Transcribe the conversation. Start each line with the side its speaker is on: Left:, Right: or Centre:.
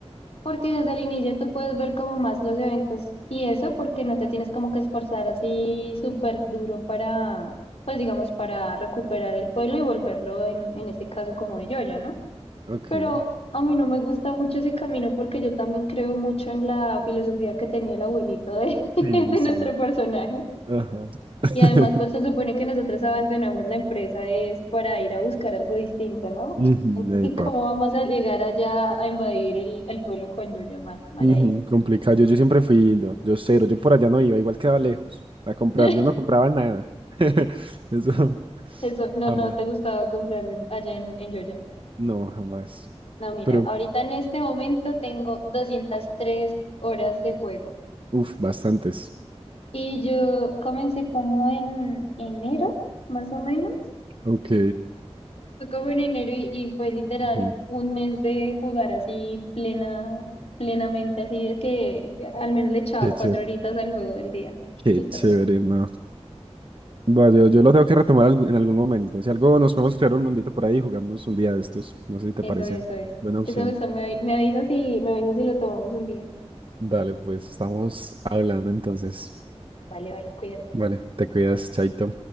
Left: Porque desde el inicio tú puedes ver como más los eventos y eso, porque no te tienes como que esforzar así súper duro para, pues digamos, para recuperar el pueblo y volverlo en, en este caso como de Yoya, ¿no?
Right: ok.
Left: Pero a mí no me gusta mucho ese camino porque yo también creo mucho en la filosofía que tenía el abuelito de, <laughs> de
Right: Sí, sí.
Left: nuestro personaje.
Right: Ajá. <laughs>
Left: Y además, pues se supone que nosotros abandonamos la empresa es para ir a buscar algo distinto, ¿no?
Right: Ujú,
Left: En-
Right: epa.
Left: ¿Y cómo vamos a llegar allá a invadir el, el pueblo con Yoya? Mal, mal
Right: Ujú,
Left: ahí.
Right: complicado. Yo, yo siempre fui, no, yo cero, yo por allá no iba, igual quedaba lejos a comprar,
Left: <laughs>
Right: yo no compraba nada. <laughs> Eso,
Left: Eso, no,
Right: jamás.
Left: no te gustaba comprar en- allá en, en Yoya.
Right: No, jamás.
Left: No, mira,
Right: Pero,
Left: ahorita en este momento tengo doscientas tres horas de juego.
Right: uff, bastantes.
Left: Y yo comencé como en enero, más o menos.
Right: Ok.
Left: Fue como en enero y, y fue literal
Right: ujú,
Left: un mes de jugar así plena, plenamente, así de que al menos le echaba
Right: Qué
Left: cuatro
Right: chévere.
Left: horitas al juego del día.
Right: Qué
Left: Y ya.
Right: chévere, no. Bueno, yo, yo lo tengo que retomar algu- en algún momento. Si algo nos podemos crear un mundito por ahí y jugamos un día de estos. No sé si te
Left: Eso,
Right: parece.
Left: eso, eso.
Right: Buena opción.
Left: Eso, eso, me, avi- me avisas si, me avisas si lo tomamos un día.
Right: Dale, pues estamos hablando entonces.
Left: Vale, vale, cuídate.
Right: Vale, te cuidas, Chaito.